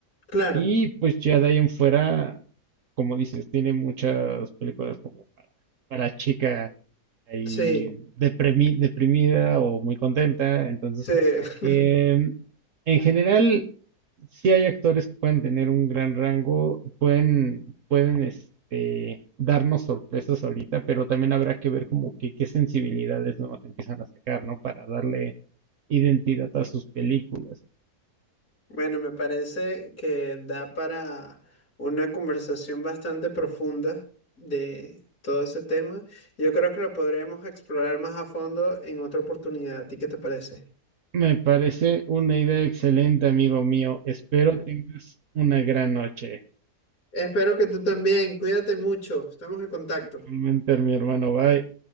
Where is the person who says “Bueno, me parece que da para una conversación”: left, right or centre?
Left